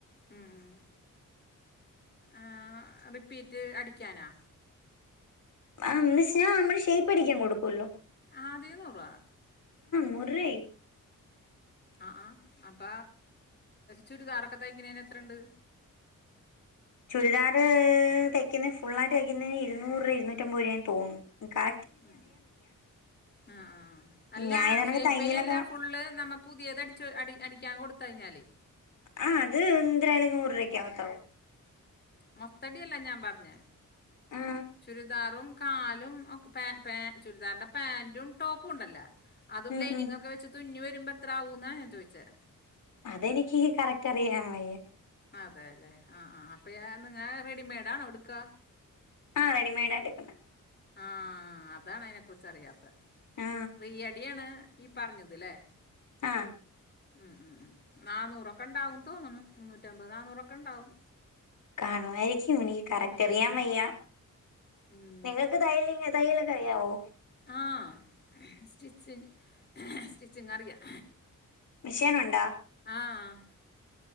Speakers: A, on the left; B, on the left.
A: ഉം ആഹ് വെട്ടിറ്റ് അടിക്കാനാ?
B: ആഹ് <unintelligible> നമ്മള് ഷൈപടിക്കാ കൊടുക്കുല്ലോ?
A: ആതിന്ന്നൂറോ?
B: നൂറ് രൂപയായി
A: ആഹ് ആഹ് അപ്പ ചുരിദാറൊക്കെ തയ്ക്കണേന് എത്ര ണ്ട്?
B: ചുരിദാർ തയ്ക്ക്ന്നേ ഫുള്ളായിട്ട് തയ്ക്ക്ന്നേന് ഇരുന്നൂറ്, ഇരുന്നറ്റമ്പത് രൂപ തോന്നു ക
A: ഉം ആഹ് ആഹ് അല്ല
B: ഞാൻ ഇതണക്ക്
A: ഷൈപ്പ്
B: തയ്യലൊക്കെ
A: ചെയ്യാല്ല ഫുള്ള് നമ്മ പുതിയത് അട്ച്ചോ അടി അടിക്കാൻ കൊട്ത്തഴിഞ്ഞാല്
B: ആഹ് അത് എന്ത്നായാലും നൂറ് രൂപക്ക ആകത്താവും.
A: മൊത്തടില്ല ഞാൻ പറഞ്ഞേ?
B: ആ
A: ചുരിദാറും കാലും പേ പേ ചുരിദാറ്ന്റെ പാന്റും ടോപ്പും ഉണ്ടല്ലോ? അതും
B: ഉം
A: ലൈനിങ്ങ്
B: ഉം
A: ഒക്കെ വെച്ച് തുന്നി വരുമ്പോ എത്രാവൂന്ന ഞാൻ ചോയിച്ചേ?
B: അതെനിക്ക് കറക്റ്റ് അറിയാൻ വയ്യേ.
A: അതെ ല്ലേ ആഹ് ആഹ് അപ്പ യാൻ റെഡിമെഡ് ആണോ എടുക്ക?
B: ആഹ് റെഡിമെഡാ എട്ക്കുന്നേ.
A: ആഹ് അതാണ് അതിനെ കുറിച്ച് അറിയാത്തെ
B: ആ
A: റീയടിയാണ് ഈ പറഞ്ഞത് ല്ലേ
B: ആഹ്
A: ഉം ഉം ഉം നാന്നൂറക്കെ ഉണ്ടാവുന്ന് തോന്നണ് മുന്നൂറ്റമ്പത് നാന്നൂറക്കെ ഉണ്ടാവും.
B: കാണുവായിരിക്കും എനിക്ക് കറക്റ്റ്
A: ഉം,
B: അറിയാൻ
A: ഉം.
B: വയ്യ
A: ഉം
B: നിങ്ങക്ക് തയ്യല് ന തയ്യലൊക്കെ അറിയാവോ?
A: ആഹ് സ്റ്റിച്ചിൻ സ്റ്റിച്ചിങ് അറിയാം.
B: മിഷേൻ ഒണ്ടാ
A: ആഹ്